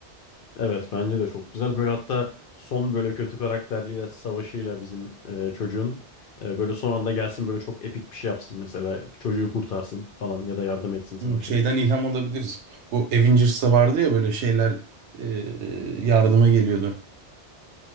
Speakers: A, on the left; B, on the right.
A: Evet bence de çok güzel. Böyle hatta son böyle kötü karakterliyle savaşıyla bizim e, çocuğun e, böyle son anda gelsin böyle çok epik bir şey yapsın mesela. Çocuğu kurtarsın falan ya da yardım etsin savaşa.
B: Hmm, Şeyden ilham alabiliriz. Bu Avengers'ta vardı ya böyle şeyler e, yardıma geliyordu.